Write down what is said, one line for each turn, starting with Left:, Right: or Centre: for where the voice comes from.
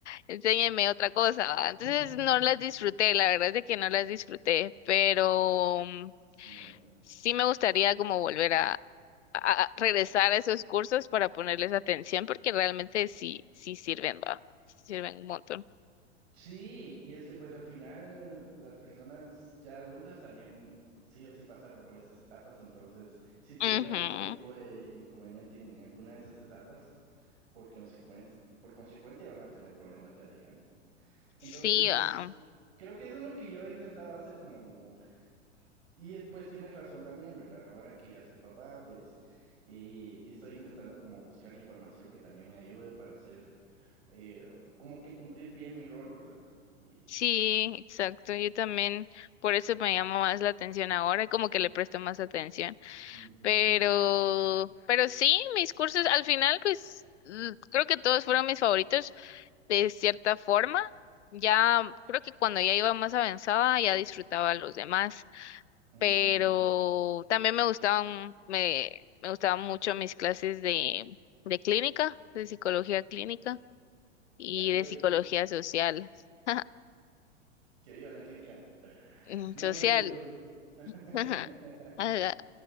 Left: enséñenme otra cosa, va. Entonces
Right: <laughs>
Left: no las disfruté, la verdad es de que no las disfruté, pero mm,
Right: Sí, ah.
Left: sí me gustaría como volver a, a- a regresar a esos cursos para ponerles atención porque realmente sí, sí sirven, va, sí sirven un montón.
Right: sí, y es que pues al final las personas ya adultas también sí o sí pasaron por esas etapas, entonces si tuvieron
Left: Ujú.
Right: algún tipo de inconveniente en alguna de esas etapas, por consecuencia, por consecuente van a tener problemas ya de grandes. Entonces,
Left: Sí, va.
Right: creo que eso es lo que yo he intentado hacer como Y eh, pues tienes razón también, ¿verdad? Ahora que ya soy papá, pues y estoy intentando como buscar información que también me ayude para hacer, eh, como que cumplir bien mi rol, ¿verdad? Y,
Left: Sí, exacto. Yo también, por eso me llama más la atención ahora, como que le presto más atención.
Right: ujú,
Left: Pero, pero sí, mis cursos al final, pues l- creo que todos fueron mis favoritos de cierta forma. Ya, creo que cuando ya iba más avanzada, ya disfrutaba los demás.
Right: ujú.
Left: Pero también me gustaban, me, me gustaban mucho mis clases de, de clínica, de psicología clínica y
Right: Ya, yo
Left: de
Right: hoy
Left: psicología social. <laughs>
Right: que voy a la clínica.
Left: Mm,
Right: No,
Left: social.
Right: hombre, pero... <laughs>
Left: Ajá. Ala,